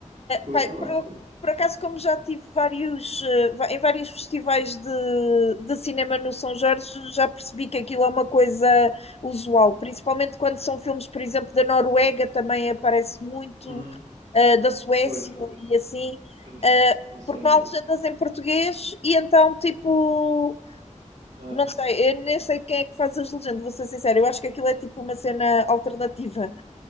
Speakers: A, on the right (about 85°); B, on the left (about 55°).
A: Nunca ouvi
B: Pá,
A: falar
B: por,
A: sequer.
B: por acaso, como já tive vários, eh, va- em vários festivais de, de cinema no São Jorge, já percebi que aquilo é uma coisa usual, principalmente quando são filmes, por exemplo, da Noruega, também aparece muito,
A: Uhum.
B: eh, da Suécia
A: Pois, pois.
B: e assim,
A: Filmes
B: eh,
A: que não são
B: porque
A: ingleses.
B: não há legendas em português e então, tipo,
A: Ah.
B: não sei, eu nem sei quem é que faz as legendas, vou ser sincera, eu acho que aquilo é tipo uma cena alternativa.